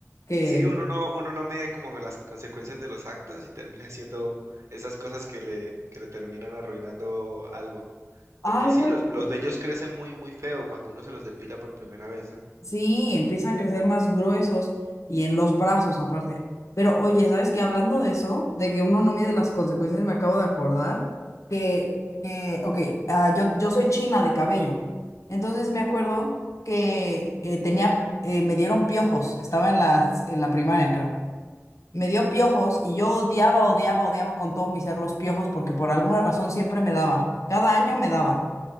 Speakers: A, on the left; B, on the right.
A: que...
B: Sí, uno no, uno no mide como las consecuencias de los actos y termina haciendo esas cosas que le, que le terminan arruinando algo.
A: Ay,
B: Porque sí,
A: ¿sabes
B: los, los
A: qué?
B: vellos crecen muy, muy feo cuando uno se los depila por primera vez, ¿no?
A: Sí, empieza a crecer más gruesos y en los brazos aparte. Pero oye, ¿sabes qué? Hablando de eso, de que uno no mide las consecuencias, me acabo de acordar que, que ok, ah, yo, yo soy china de cabello. Entonces me acuerdo que eh, tenía, eh, me dieron piojos, estaba en la, en la primaria, creo. Me dio piojos y yo odiaba, odiaba, odiaba con todo mi ser los piojos porque por alguna razón siempre me daba. Cada año me daba